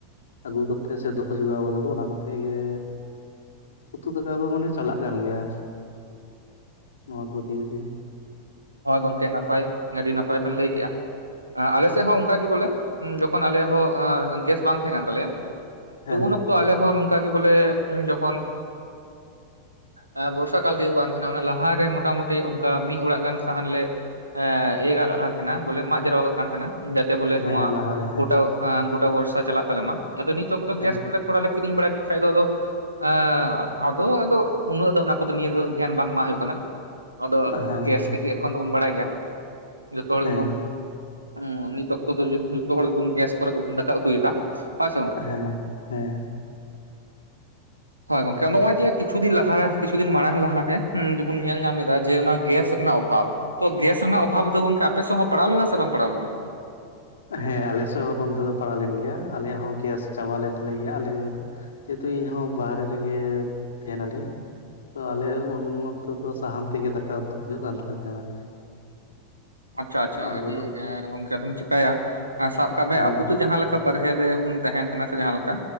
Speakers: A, on the left; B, on the right.
A: ᱟᱜᱩ ᱠᱟᱛᱮᱜ ᱥᱮ ᱫᱚᱦᱚ ᱡᱚᱜᱟᱣ ᱠᱟᱫᱟ ᱠᱩ ᱚᱱᱟ ᱠᱚ ᱛᱮᱜᱮ᱾ ᱩᱛᱩ ᱫᱟᱠᱟ ᱫᱚ ᱢᱟᱱᱮ ᱪᱟᱞᱟᱜ ᱠᱟᱱ ᱜᱮᱭᱟ ᱱᱚᱣᱟ ᱠᱚ ᱫᱤᱠ ᱫᱤᱭᱮ᱾
B: ᱦᱚᱭ ᱜᱚᱝᱠᱮ ᱱᱟᱯᱟᱭ ᱟᱹᱰᱤ ᱱᱟᱯᱟᱭ ᱵᱮᱱ ᱞᱟᱹᱭ ᱠᱮᱜ-ᱟ ᱟᱸ ᱟᱞᱮ᱾ ᱛᱮᱦᱚᱸ ᱚᱝᱠᱟ ᱜᱤ ᱵᱚᱞᱮ ᱡᱚᱠᱷᱚᱱ ᱟᱞᱮᱭᱟᱜ ᱦᱚᱸ ᱜᱮᱥ ᱵᱟᱝ ᱛᱟᱦᱮ ᱠᱟᱱ ᱛᱟᱞᱮᱭᱟ
A: ᱦᱮᱸ
B: ᱛᱚ ᱩᱱ ᱚ ᱛᱚ ᱟᱞᱮ ᱦᱚᱸ ᱱᱚᱝᱠᱟ ᱜᱤ ᱵᱚᱞᱮ ᱡᱚᱠᱷᱚᱱ᱾ ᱮᱸ ᱵᱚᱨᱥᱟ ᱠᱟᱞ ᱛᱤᱭᱳᱜᱚᱜ ᱠᱟᱱ ᱛᱟᱦᱮᱱᱟ ᱚᱱᱟ ᱞᱟᱦᱟᱨᱮ ᱢᱚᱴᱟᱢᱩᱴᱤ ᱚᱱᱠᱟ ᱢᱤᱜ ᱚᱲᱟᱜ ᱜᱟᱱ᱾ ᱥᱟᱦᱟᱱ ᱞᱮ ᱮᱻ ᱤᱭᱟᱹ ᱠᱟᱜ ᱠᱟᱱ ᱛᱟᱦᱮᱱᱟ ᱵᱚᱞᱮ ᱢᱟᱜ ᱡᱟᱨᱣᱟ ᱠᱟᱜ ᱠᱟᱱ ᱛᱟᱦᱮᱱᱟ᱾ ᱡᱟᱛᱮ ᱵᱚᱞᱮ
A: ᱦᱮᱸ
B: ᱱᱚᱣᱟ
A: ᱞᱟᱦᱟᱨᱮ ᱦᱮᱸ
B: ᱜᱚᱴᱟ ᱮᱸ ᱜᱚᱴᱟ ᱵᱚᱨᱥᱟ ᱪᱟᱞᱟᱜ ᱛᱟᱞᱮ ᱢᱟ ᱟᱫᱚ ᱱᱤᱛ ᱚᱠᱛᱚ
A: ᱦᱮᱸ
B: ᱜᱮᱥ ᱠᱩᱞᱮ ᱛᱷᱚᱲᱟ ᱞᱮ ᱠᱤᱨᱤᱧ ᱵᱟᱲᱟ ᱠᱮᱜ ᱠᱷᱟᱡ ᱫᱚ ᱟᱫᱚ᱾ ᱮᱸᱜᱻ ᱟᱫᱚ ᱟᱫᱚ ᱩᱱᱟᱹᱜ ᱫᱚ ᱚᱱᱟ ᱠᱚᱫᱚ ᱱᱤᱭᱟᱹ ᱫᱚ ᱫᱷᱮᱭᱟᱱ ᱵᱟᱝ ᱮᱢᱟᱜ ᱦᱳᱭᱳᱜ ᱠᱟᱱᱟ᱾ ᱟᱫᱚ
A: ᱦᱮᱸ
B: ᱜᱮᱥ
A: ᱦᱮᱸ
B: ᱨᱮᱜᱮ ᱮᱠᱷᱚᱱ ᱫᱚᱵᱚᱱ ᱵᱟᱲᱟᱭ ᱜᱮᱭᱟ᱾ ᱡᱚᱛᱚ ᱦᱚᱲ
A: ᱦᱮᱸ
B: ᱜᱮᱵᱩᱱ ᱦᱩᱸ ᱱᱤᱛ ᱚᱠᱛᱚ ᱫᱚ ᱡᱚᱛᱚ ᱦᱚᱲ ᱜᱮᱵᱩᱱ ᱜᱮᱥ ᱠᱚᱨᱮ ᱜᱮᱵᱚᱱ ᱫᱟᱠᱟ ᱩᱛᱩᱭᱮᱫᱟ᱾ ᱦᱚᱭ ᱥᱮ ᱜᱚᱝᱠᱮ᱾
A: ᱦᱮᱸ ᱦᱮᱸ <inaudible>
B: ᱦᱳᱭ ᱜᱚᱝᱠᱮ ᱟ ᱱᱚᱜ-ᱚᱭ ᱡᱮ ᱠᱤᱪᱩ ᱫᱤᱱ ᱞᱟᱦ ᱠᱤᱪᱷᱩ ᱫᱤᱱ ᱢᱟᱝ ᱞᱟᱦᱟᱨᱮ ᱡᱮᱵᱩᱱ ᱧᱮᱞ ᱧᱟᱢ ᱞᱮᱫᱟ ᱡᱮ ᱚᱱᱟ ᱜᱮᱥ ᱨᱮᱱᱟᱜ ᱚᱵ ᱵᱷᱟᱵ ᱛᱚ ᱜᱮᱥ ᱨᱮᱱᱟᱜ ᱚᱵᱷᱟᱵᱽ ᱫᱚ ᱜᱚᱝᱠᱮ ᱟᱯᱮᱥᱮᱫ ᱦᱚᱸ ᱯᱟᱲᱟᱣ ᱞᱮᱱᱟ ᱥᱮ ᱵᱟᱝ ᱯᱟᱲᱟᱣ ᱞᱮᱱᱟ?
A: ᱦᱮᱸ ᱟᱞᱮ ᱥᱮᱫ ᱦᱚᱸ ᱱᱚᱱᱛᱮ ᱫᱚ ᱯᱟᱲᱟᱣ ᱞᱮᱱ ᱜᱮᱭᱟ᱾ ᱟᱞᱮᱭᱟᱜ ᱦᱚᱸ ᱜᱮᱥ ᱪᱟᱵᱟ ᱞᱮᱱ ᱛᱟᱞᱮ ᱜᱮᱭᱟ ᱟᱞᱮ ᱫ ᱡᱮᱦᱮᱛᱩ ᱤᱧᱦᱚᱸ ᱵᱟᱦᱨᱮ ᱨᱮᱜᱮ ᱛᱟᱦᱮᱱᱟᱞᱤᱧ᱾ ᱛᱚ ᱟᱞᱮ ᱩᱱ ᱚᱠᱛᱚ ᱫᱚ ᱥᱟᱦᱟᱱ ᱛᱮᱜᱮ ᱫᱟᱠᱟ ᱩᱛᱩ ᱦᱩᱭᱩᱜ ᱠᱟᱱ ᱛᱟᱞᱮ ᱛᱟᱦᱮᱸᱱᱟ᱾
B: ᱟᱪᱪᱷᱟ ᱟᱪᱪᱷᱟ
A: ᱟᱫᱚ
B: ᱟᱹᱰᱤ ᱮᱸ ᱜᱚᱝᱠᱮ ᱟᱫᱚᱢ ᱪᱮᱠᱟᱭᱭᱟ᱾ ᱥᱟᱵ ᱠᱟᱜ ᱢᱮ
A: ᱦᱮᱸ
B: ᱟᱵᱩ ᱛᱚ ᱡᱟᱦᱟᱸ ᱞᱮᱠ ᱠᱟ ᱵᱟᱨᱦᱮ ᱨᱮ ᱵᱩᱱ ᱛᱟᱦᱮᱱ ᱠᱟᱱᱟ ᱥᱮ ᱡᱟᱦᱟᱸ ᱞᱮᱠᱟ᱾